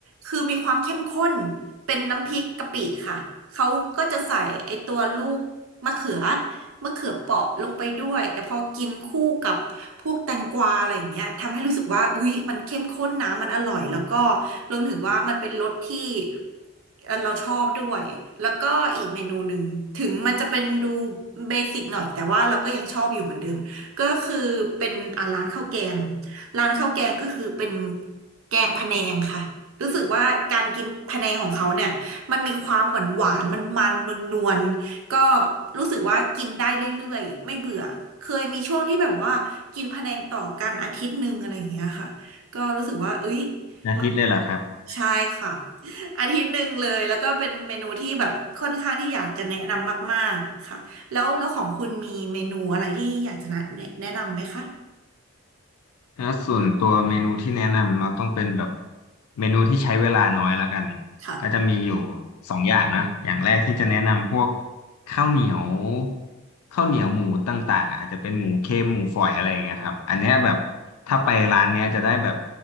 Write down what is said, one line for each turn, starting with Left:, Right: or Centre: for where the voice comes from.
Right: คือมีความเข้มข้นเป็นน้ำพริกกะปิค่ะเขาก็จะใส่ไอตัวลูกมะเขือ มะเขือเปราะลงไปด้วยแต่พอกินคู่กับพวกแตงกวาอะไรอย่างเงี้ยทำให้รู้สึกว่าเฮ้ยมันเข้มข้นนะมันอร่อยแล้วก็รวมถึงว่ามันเป็นรสที่เอ่อเราชอบด้วยแล้วก็อีกเมนูหนึ่งถึงมันจะเป็นดูเบสิกหน่อยแต่ว่าเราก็ยังชอบอยู่เหมือนเดิมก็คือเป็นอ่าร้านข้าวแกงร้านข้าวแกงก็คือเป็นแกงพะแนงค่ะรู้สึกว่าการกินพะแนงของเขาเนี่ยมันมีความหวานหวานมันมันนวลๆ ก็รู้สึกว่ากินได้เรื่อยๆไม่เบื่อเคยมีช่วงที่แบบว่ากินพะแนงต่อกันอาทิตย์หนึ่งอะไรอย่างเงี้ยค่ะก็รู้สึกว่าเอ้ย
Left: อาทิตย์เลยเหรอครับ
Right: มาใช่ค่ะอาทิตย์หนึ่งเลยแล้วก็เป็นเมนูที่แบบค่อนข้างที่อยากจะแนะนำมากๆค่ะแล้วแล้วของคุณมีเมนูอะไรที่อยากจะแนะแนะนำไหมคะ
Left: ถ้าส่วนตัวเมนูที่แนะนำเราต้องเป็นแบบเมนูที่ใช้เวลาน้อยแล้วกัน
Right: ค่ะ
Left: ก็จะมีอยู่สองอย่างนะอย่างแรกที่จะแนะนำพวกข้าวเหนียวข้าวเหนียวหมูต่างๆอ่ะอาจจะเป็นหมูเค็มหมูฝอยอะไรอย่างเงี้ยครับอันเนี้ยแบบถ้าไปร้านเนี้ยจะได้แบบ